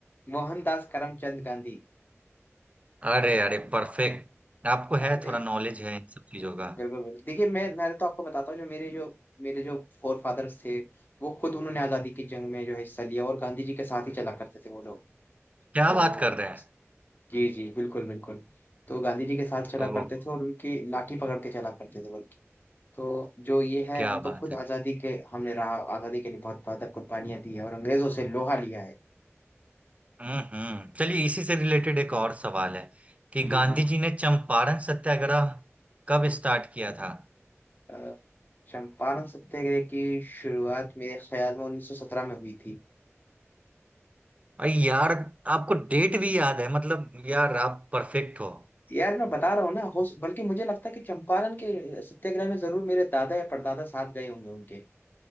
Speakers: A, on the left (about 40°); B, on the right (about 30°).
A: मोहनदास करमचंद गांधी
B: अरे अरे परफेक्ट आपको
A: अरे
B: है थोड़ा नॉलेज है इन सब चीजों का
A: बिल्कुल बिल्कुल देखिए मैं मैं तो आपको बताता हूँ जो मेरे जो मेरे जो फोर फादर्स थे वो खुद उन्होंने आजादी की जंग में जो है हिस्सा लिया और गांधी जी के साथ ही चला करते थे वो लोग
B: क्या
A: तो
B: बात कर रहे हैं
A: जी जी बिल्कुल बिल्कुल तो गांधी जी के साथ चला
B: ओह
A: करते थे और उनकी लाठी पकड़ के चला करते थे वो लोग। तो जो ये है
B: क्या
A: हम तो
B: बात
A: खुद
B: है
A: आजादी के हमने रहा आजादी के लिए बहुत बहुत कुर्बानियां दी है और अंग्रेजों से लोहा लिया है
B: हम्म हम्म चलिए इसी से रिलेटेड एक और सवाल है कि
A: जी
B: गांधी
A: जी
B: जी ने चंपारण सत्याग्रह कब स्टार्ट किया था
A: अ, चंपारण सत्याग्रह की शुरुआत मेरे ख्याल में 1917 में हुई थी
B: अरे यार आपको डेट भी याद है मतलब यार आप परफेक्ट हो
A: यार मैं बता रहा हूँ ना हो बल्कि मुझे लगता है कि चंपारण के सत्याग्रह में जरूर मेरे दादा या परदादा साथ गए होंगे उनके